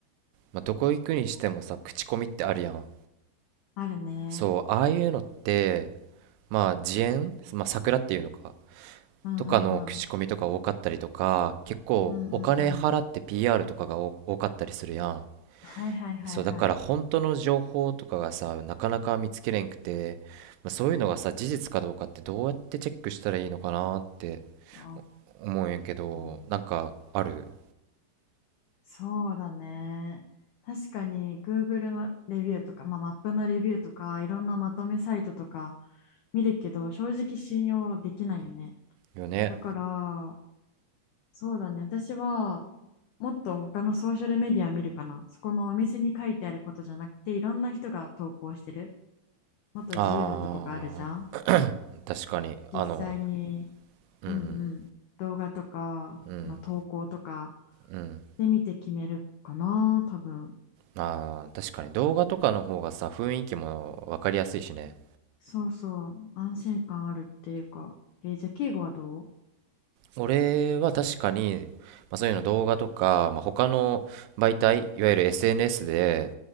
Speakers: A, on the right; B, on the left.
A: まあ、どこ行くにしてもさ、口コミってあるやん。
B: あるね。
A: そう、ああいうのって、まあ、自演、まあ、桜っていうのか、
B: うんうんうん。
A: とかの口コミとか多かったりとか、結構お金払って
B: うんうんうん。
A: PR とかが多多かったりするやん。
B: はいはいはいはい。
A: そうだから本当の情報とかがさなかなか見つけれんくて、まあ、そういうのがさ事実かどうかってどうやってチェックしたらいいのかなって
B: お
A: 思うんやけどなんかある
B: ー、そうだね。確かに Google のレビューとか、まあ、マップのレビューとか、いろんなまとめサイトとか見るけど、正直信用できないよね。
A: よね
B: だから、そうだね。私は、もっと他のソーシャルメディア見るかな。そこのお店に書いてあることじゃなくて、いろんな人が投稿してる。もっと自由なとこがあるじゃん。
A: あー確かにあの
B: 実際に、
A: うん
B: うんうん、動画とか、
A: うんうん
B: その投稿とか
A: うん
B: で見て決めるかな、多分。
A: あー確かに動画とかの方がさ雰囲気も分かりやすいしね
B: そうそう、安心感あるっていうか。えーじゃあ、敬語はどう
A: 俺は確かに、まあ、そういうの動画とか、まあ、他の媒体いわゆる SNS で